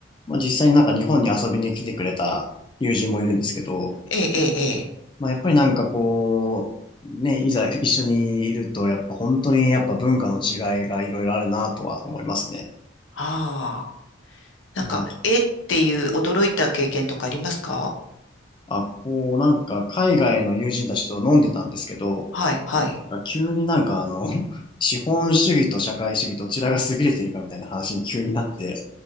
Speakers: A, on the left; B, on the left.
A: まあ、実際になんか日本に遊びに来てくれた友人もいるんですけど、
B: ええ、ええ、ええ。
A: まあ、やっぱりなんかこう、ね、いざ一緒にいると、やっぱ本当にやっぱ文化の違いがいろいろあるなとは思いますね。
B: ああ。なんか、
A: なんか、
B: えっていう驚いた経験とかありますか
A: あ、こう、なんか海外の友人たちと飲んでたんですけど、
B: はい、はい。
A: なんか急になんかあの、<laughs> 資本主義と社会主義どちらが優れているかみたいな話に急になって、